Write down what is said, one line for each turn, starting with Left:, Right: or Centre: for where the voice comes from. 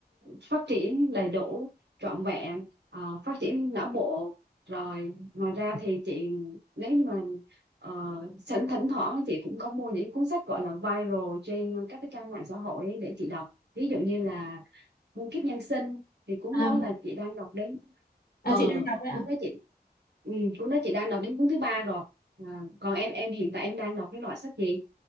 Right: phát triển đầy đủ, trọn vẹn, ờ, phát triển não bộ. Rồi ngoài ra thì chị nếu như mà uh, sẵn thỉnh thoảng chị cũng có mua những cuốn sách gọi là viral trên các cái trang mạng xã hội ấy để chị đọc. Ví dụ như là Muôn kiếp nhân sinh thì cuốn
Left: À,
Right: đó là chị đang đọc đến ờ
Left: à chị đang đọc đấy
Right: cũng
Left: ạ.
Right: nói chị ừ, cũng nói chị đang đọc đến cuốn thứ ba rồi à, còn em em hiện tại em đang đọc cái loại sách gì